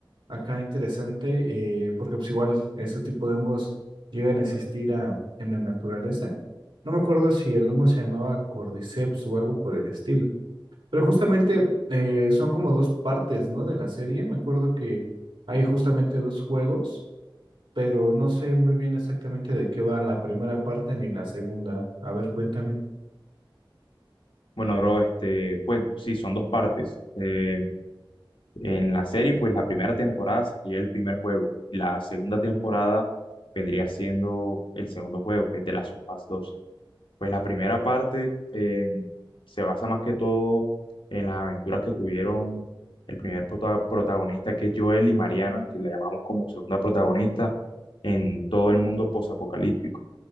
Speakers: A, on the right (about 75°); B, on the left (about 80°).
A: acá interesante, eh, porque pues igual ese tipo de hongos llegan a existir a- en la naturaleza. No me acuerdo si el hongo se llamaba Cordyceps o algo por el estilo, pero justamente eh, son como dos partes, ¿no? De la serie. Me acuerdo que hay justamente dos juegos. Pero no sé muy bien exactamente de qué va la primera parte ni la segunda. A ver, cuéntame.
B: Bueno, bro, este, pues sí, son dos partes. Eh, En la serie, pues la primera temporada sería el primer juego y la segunda temporada vendría siendo el segundo juego, que es The Last of Us 2. Pues la primera parte eh, se basa más que todo en las aventuras que tuvieron el primer prota- protagonista, que es Joel y Mariana, que la llamamos como segunda protagonista en todo el mundo posapocalíptico.